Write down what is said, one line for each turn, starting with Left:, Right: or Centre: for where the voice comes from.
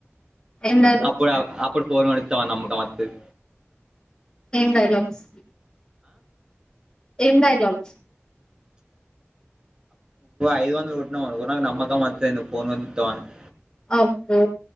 Left: ఏం డైలాగ్స్
Right: అప్పుడు ఇప్పుడు పోన్ వాడిత్తవ నమ్మక మొత్తది
Left: ఏం డైలాగ్స్ ఏం డైలాగ్స్
Right: ఐదు వందలు కొట్టినవనుకో నాకు నమ్మకం మాత్ర అయి ఫోన్వా <inaudible>
Left: అబ్బో